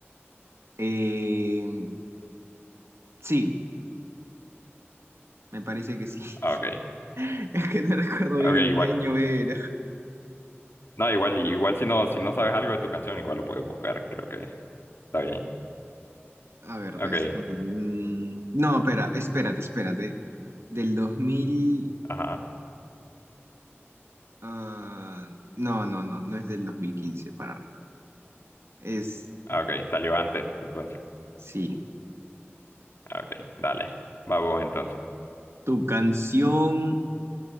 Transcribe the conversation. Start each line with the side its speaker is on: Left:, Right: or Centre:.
Right: Eh, sí, me parece que sí.
Left: Ah, Ok,
Right: <laughs> Es que no recuerdo bien
Left: ok, igual.
Right: qué año era.
Left: No, igual, igual si no, si no sabes algo de tu canción, igual lo puedes buscar, creo que está bien.
Right: A ver,
Left: Ok,
Right: déjame. mm, No, espera, espérate, espérate. Del 2000.
Left: ajá,
Right: ah, no, no, no, no es del 2015 para arriba. Es,
Left: Ah, ok, salió antes, entonces.
Right: sí.
Left: Ah, Ok, dale, va vos entonces.
Right: ¿Tu canción